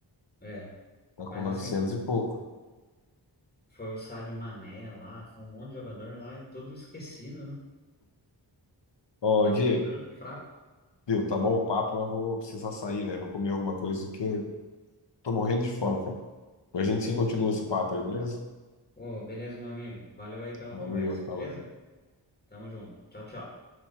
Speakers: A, on the left; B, on the left.
A: é.
B: Tá com
A: Mas
B: 900
A: assim, fo-
B: e pouco.
A: foi o Sadio Mané lá, foi um monte de jogador lá, e tudo esquecido, né?
B: Ó,
A: E é
B: Diego,
A: um campeonato fraco.
B: viu, tá bom o papo, mas eu vou precisar sair, velho. Vou comer alguma coisa que eu tô morrendo de fome, cara. Depois a gente
A: Ô,
B: continua
A: be-
B: esse papo aí, beleza?
A: ô, beleza, meu amigo. Valeu aí pela
B: Valeu,
A: conversa,
B: falou.
A: beleza? Tamo junto. Tchau, tchau.